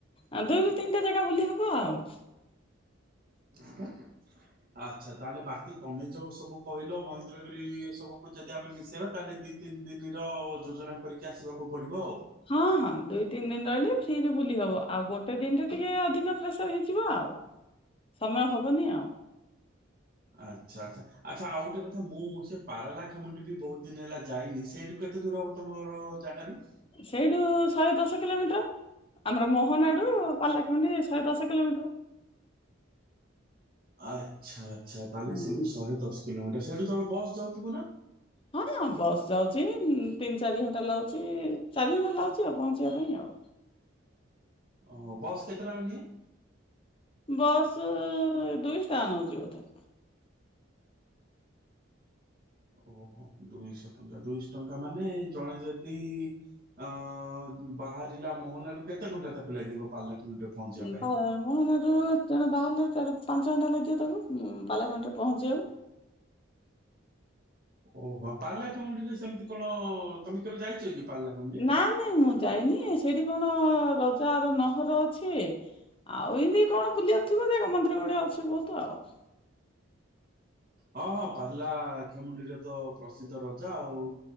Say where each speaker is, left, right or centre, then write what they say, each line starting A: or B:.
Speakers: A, on the left (about 25°); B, on the right (about 45°).
A: ଆ ଦୁଇରୁୁ ତିନିଟା ଜାଗା ବୁଲି ହବ ଆଉ।
B: <inaudible> ଆଚ୍ଛା ତାହେଲେ ବାକି ତମେ ଯୋଉ ସବୁ କହିଲ ମହେନ୍ଦ୍ରଗିରି ସବୁକୁ ଯଦି ଆମେ ମିଶେଇବା ତାହେଲେ ଦି ତିନି ଦିନି ର ଯୋଜନା କରିକି ଆସିବାକୁ ପଡ଼ିବ ଆଉ।
A: ହଁ ହଁ ଦୁଇ ତିନି ଦିନ ରହିଲେ ଫ୍ରିରେ ବୁଲି ହବ ଆଉ ଗୋଟେ ଦିନରେ ଟିକେ ଅଧିକ ପ୍ରେସର ହେଇଯିବ ଆଉ। ସମୟ ହବନି ଆଉ।
B: ଆଚ୍ଛା ଆଚ୍ଛା, ଆଚ୍ଛା ଆଉ ଗୋଟେ କଥା ମୁଁ ସେ ପାରଲାଖେମୁଣ୍ଡି ବି ବହୁତ ଦିନ ହେଲା ଯାଇନି, ସେଇଠୁ କେତେ ଦୂର ହବ ତମର ଜାଗାରୁୁ?
A: ସେଇଠୁ ଶହେ ଦଶ କିଲୋମିଟର। ଆମର ମୋହନାଡୁ ପାରଲାଖେମୁଣ୍ଡି ଶହେ ଦଶ କିଲୋମିଟର।
B: ଆଚ୍ଛା ଆଚ୍ଛା ତାହେଲେ
A: ହୁଁ
B: ସେଇଠୁ ଶହେ ଦଶ କିଲୋମିଟର ସେଇଠୁ ତମର ବସ୍ ଯାଉଥିବ ନା?
A: ହଁ ବସ୍ ଯାଉଛି। ତିନି ଚାରି ଘଣ୍ଟା ଲାଗୁଛି ଚାରି ଘଣ୍ଟା ଲାଗୁଛି ଆଉ ପହଞ୍ଚିବା ପାଇଁ ଆଉ।
B: ଓ ବସ୍ କେତେ ଟଙ୍କା ନିଏ?
A: ବସ୍ ଦୁଇଶ୍ ଟଙ୍କା ନୋଉଛି ବୋଧେ।
B: ଓହୋ ଦୁଇଶହ ଟଙ୍କା ଦୁଇଶ ଟଙ୍କା ମାନେ ଜଣେ ଯଦି ଅ ବାହାରିଲା ମୋହନା ରୁ କେତେ ଘଣ୍ଟା ତାକୁ ଲାଗିବ ପାରଳାଖେମୁଣ୍ଡିରେ ପହଞ୍ଚିବା
A: ଉଁ
B: ପାଇଁ
A: ପା ମହନାରୁ ଜଣେ ବାହାରିଲେ ଚାରି- ପାଞ୍ଚ ଘଣ୍ଟା ଲାଗିବ ତାକୁ ପାରଲାଖେମୁଣ୍ଡିରେ ପହଞ୍ଚିବାକୁ।
B: ଓହୋ ପାରଲାଖେମୁଣ୍ଡିରେ ସେମିତି କଣ ତମେ କେବେ ଯାଇଚ କି? ପାଲା କେମୁଣ୍ଡି?
A: ନା ନାଇଁ ମୁଁ ଯାଇନି ସେଇଠି କଣ ରଜାର ନହର ଅଛି ଆଉ ଇମିତି କଣ ବୁଲିିବାକୁଥିବ ଜାଗା ମନ୍ଦିର ଗୁଡ଼େ ଅଛି ବହୁତ ଆଉ।
B: ହଁ, ହଁ ପାରଳାଖେମୁଣ୍ଡିରେ ତ ପ୍ରସିଦ୍ଧ ରଜା ଆଉ।